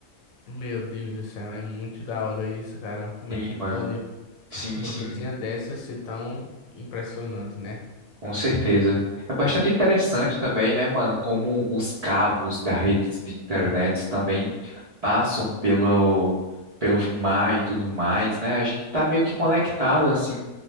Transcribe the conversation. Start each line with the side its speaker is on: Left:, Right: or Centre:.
Left: Meu Deus do céu, é muito da hora isso, cara. Como
Right: Sim,
Left: é que
Right: mano.
Left: pode
Right: Sim,
Left: uma
Right: sim.
Left: coisinha dessa ser tão impressionante, né?
Right: Com certeza. É bastante interessante também, né, mano, como os cabos da rede de internet também passam pelo, pelo mar e tudo mais, né? A gente tá meio que conectado, assim,